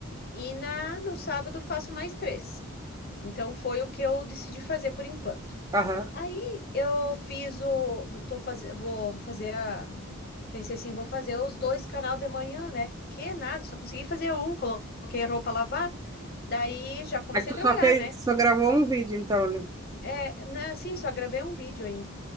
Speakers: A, on the left (about 45°); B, on the right (about 15°).
A: e na no sábado eu faço mais três. Então foi o que eu decidi fazer por enquanto.
B: Aham.
A: Aí eu fiz o, tô fazendo, vou, vou fazer a, pensei assim, vou fazer os dois canal de manhã, né? Que nada, só consegui fazer um, coloquei roupa a lavar, daí já comecei
B: Mas tu
A: a trabalhar,
B: só fez,
A: né?
B: só gravou um vídeo, então, né?
A: É, né, assim, só gravei um vídeo ainda.